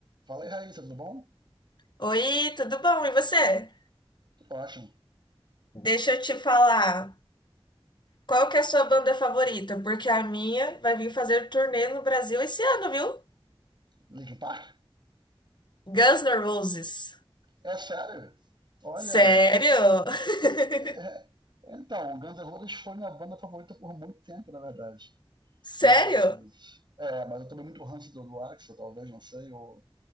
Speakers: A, on the right; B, on the left.
A: Fala aí, Raíssa, tudo bom?
B: Oi, tudo bom? E você?
A: Tudo ótimo.
B: Deixa eu te falar, qual que é a sua banda favorita? Porque a minha vai vir fazer turnê no Brasil esse ano, viu?
A: Linkin Park?
B: Guns N' Roses.
A: É sério? Olha,
B: Sério? <laughs>
A: é- então, Guns N' Roses foi minha banda favorita por muito tempo, na verdade.
B: Sério?
A: Mas, é, mas eu tomei muito ranço do, do Axl, talvez, não sei, ou,